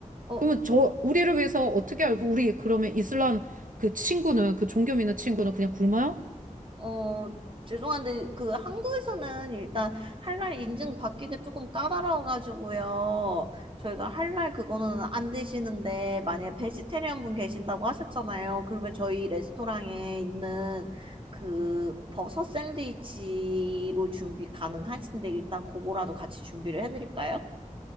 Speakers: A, on the right (about 40°); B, on the right (about 80°).
A: 어,
B: 그러면 저, 우리를 위해서 어떻게 알고 우리 그러면 이슬람 그 친구는, 그 종교 믿는 친구는 그냥 굶어요?
A: 어, 죄송한데 그 한국에서는 일단 할랄 인증 받기가 조금 까다로워가지고요. 저희가 할랄 그거는 안 되시는데 만약에 베지테리언 분 계신다고 하셨잖아요. 그러면 저희 레스토랑에 있는 그 버섯 샌드위치로 준비 가능하신데 일단 그거라도 같이 준비를 해드릴까요?